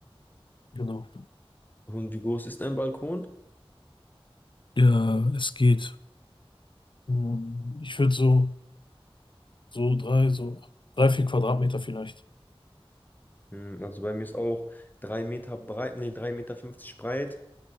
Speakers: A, on the left; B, on the left.
A: Genau.
B: Und wie groß ist dein Balkon?
A: Ja, es geht. Hm, Ich würde so, so drei, so drei, vier Quadratmeter vielleicht.
B: Hm, also bei mir ist auch drei Meter breit, nee, 3 Meter fünfzig breit